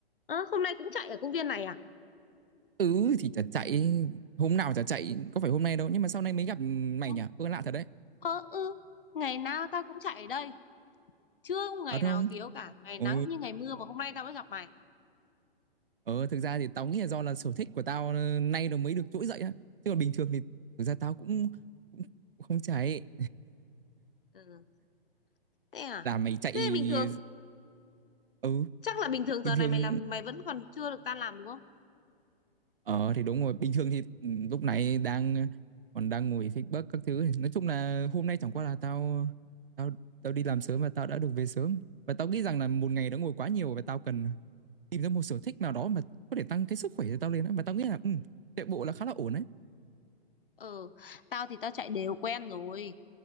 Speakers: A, on the left; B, on the right.
A: Ơ, hôm nay cũng chạy ở công viên này à?
B: Ừ thì chả chạy Hôm nào chả chạy Có phải hôm nay đâu Nhưng mà sau này mới gặp mày
A: Ờ
B: nhỉ Ơ lạ thật đấy
A: ờ, ừ, ngày nào tao cũng chạy ở đây, chưa có ngày
B: Thật không
A: nào thiếu cả, ngày
B: Ừ
A: nắng như ngày mưa mà hôm nay tao mới gặp mày.
B: Ờ thực ra thì tao nghĩ là do là sở thích của tao ờ, Nay nó mới được trỗi dậy á Chứ còn bình thường thì Thực ra tao Cũng cũng không chạy
A: Ừ, thế à?
B: Là mày chạy
A: Thế bình thường,
B: Ừ
A: chắc là bình thường
B: bình
A: giờ này
B: thường
A: mày làm mày vẫn còn chưa được tan làm đúng không?
B: Ờ thì đúng rồi, bình thường thì ừ, lúc này đang còn đang ngồi feedback các thứ. Nói chung là hôm nay chẳng qua là tao tao tao đi làm sớm và tao đã được về sớm. Và tao nghĩ rằng là một ngày đã ngồi quá nhiều và tao cần tìm ra một sở thích nào đó mà có thể tăng cái sức khỏe cho tao lên á. Mà tao nghĩ là ừ, chạy bộ là khá là ổn đấy.
A: Ừ, tao thì tao chạy đều quen rồi,